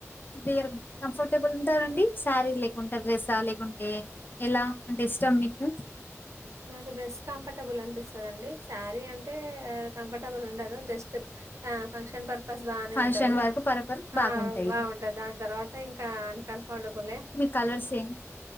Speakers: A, on the left (about 40°); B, on the right (about 65°).
A: వేరు కంఫర్టబుల్ స్తారండి శారీ లేకుంటే డ్రెస్స లేకుంటే ఎలా అంటే ఇష్టం మీకు
B: నాకు డ్రెస్ కంఫర్టబుల్ అనిపిస్తుందిండి శారీ అంటే కంఫర్టబుల్ ఉండదు జస్ట్ ఆ ఫంక్షన్ పర్ ఫస్ట్ బానే
A: ఫంక్షన్
B: ఉంటది
A: వరకు పర్పస్ బాగుంటాయి.
B: ఆ బాగుంటది దాని తర్వాత ఇంకా అన్కంఫర్టబులే
A: కలర్ సేమ్